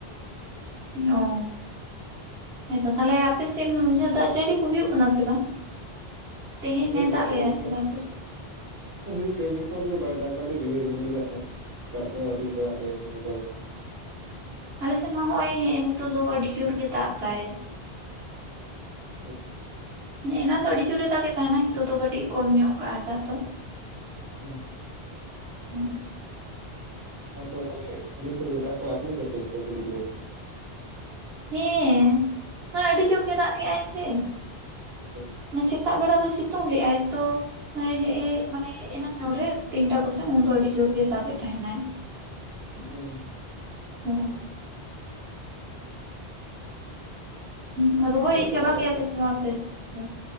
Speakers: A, on the right; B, on the right.
A: ᱚ, ᱦᱮᱸ ᱛᱚ ᱛᱟᱦᱞᱮ ᱟᱯᱮ ᱥᱮᱫ ᱫᱟᱜ ᱡᱟᱹᱲᱤ ᱠᱚ ᱦᱩᱭᱩᱜ ᱠᱟᱱᱟ ᱥᱮ ᱵᱟᱝ᱾ ᱛᱮᱦᱮᱧ
B: ᱦᱩᱭ
A: ᱮ
B: ᱫᱟᱜ ᱡᱟᱹᱲᱤ
A: ᱞᱮᱜᱟᱭ
B: ᱫᱚ᱾
A: ᱥᱮ ᱵᱟᱝ ᱟᱯᱮ ᱥᱮᱫ
B: ᱦᱳᱭ ᱛᱮᱦᱮᱧ ᱜᱟᱯᱟ ᱫᱚ ᱵᱟᱭ ᱫᱟᱜ ᱟᱞᱮ ᱨᱤᱢᱤᱞ ᱨᱤᱢᱤᱞ ᱞᱟᱜᱟᱜ ᱛᱟᱭ ᱫᱟᱜ ᱫᱚ ᱟᱣᱨᱤᱭ ᱫᱟᱜ ᱟᱞᱮᱭᱟ ᱛᱮᱦᱤᱧ ᱜᱟᱯᱟ ᱫᱚ᱾
A: ᱟᱞᱮᱥᱮᱫ ᱢᱟ ᱦᱚᱜ ᱚᱭ ᱦᱮᱸ ᱱᱤᱛᱚᱜ ᱫᱚ ᱟᱹᱰᱤ ᱡᱳᱨ ᱜᱮ ᱫᱟᱜ ᱮ ᱫᱟᱭ᱾
B: <unintelligible>
A: ᱮᱱᱟᱱ ᱫᱚ ᱟᱹᱰᱤ ᱡᱳᱨ ᱮ ᱫᱟᱜᱽ ᱜᱮ ᱛᱟᱦᱮᱱᱟ ᱱᱤᱛᱚᱜ ᱫᱚ ᱠᱟᱹᱴᱤᱡ ᱠᱚᱢ ᱧᱚᱜ ᱠᱟᱜ ᱟᱭ ᱫᱟᱜ ᱫᱚ᱾
B: ᱦᱩᱸ
A: <unintelligible>
B: ᱚᱱᱟ ᱠᱚᱨᱮ ᱛᱟᱦᱚᱞᱮ ᱠᱩᱞᱦᱤ ᱠᱚᱫᱚ ᱫᱟᱜ ᱠᱚ ᱟᱹᱛᱩ ᱛᱟᱯᱮ ᱠᱩᱞᱦᱤ ᱠᱚᱨᱮ ᱫᱚ᱾
A: ᱦᱮᱸ ᱟᱹᱰᱤ ᱡᱳᱨ ᱜᱮ ᱫᱟᱜ ᱠᱮᱜ ᱟᱭ ᱥᱮ᱾
B: <unintelligible>
A: ᱥᱮᱛᱟᱜ ᱵᱮᱲᱟ ᱫᱚᱭ ᱥᱤᱛᱩᱝ ᱞᱮᱜ ᱟᱭ ᱛᱚ᱾ ᱦᱮᱸ ᱢᱟᱱᱮ ᱮᱱᱟᱱ ᱧᱚᱜ ᱨᱮ ᱛᱤᱱᱴᱟ ᱠᱚᱥᱮᱱ ᱩᱱ ᱫᱚ ᱟᱹᱰᱤ ᱡᱳᱨ ᱜᱮ ᱫᱟᱜ ᱮ ᱛᱟᱦᱮᱱ ᱟᱭ᱾ <unintelligible>
B: ᱦᱳᱭ
A: ᱦᱩᱸ ᱦᱩᱸ ᱨᱚᱦᱚᱭ
B: ᱟᱯᱮ
A: ᱪᱟᱵᱟ
B: ᱚᱱᱟ
A: ᱠᱮ-ᱟᱜ
B: ᱟᱯᱮ
A: ᱯᱮ ᱥᱮ ᱵᱟᱝ ᱟᱯᱮ ᱥᱮᱫ ᱫᱚ᱾